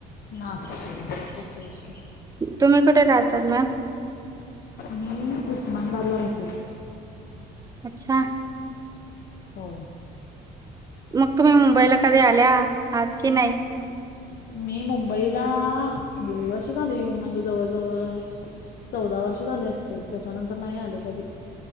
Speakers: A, on the left; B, on the right.
A: ना स ना ओके <unintelligible>
B: तुम्ही कुठे राहतात मॅम.
A: मी उस्मानबादला राहते.
B: अच्छा.
A: हो.
B: मग तुम्ही मुंबईला कधी आल्या. की नाही?
A: मी मुंबई. तिला लय वर्ष झाले येऊन, म्हजे जवळ जवळ चौदा वर्ष झाले असतील, त्याच्यानंतर नाही आले कधी.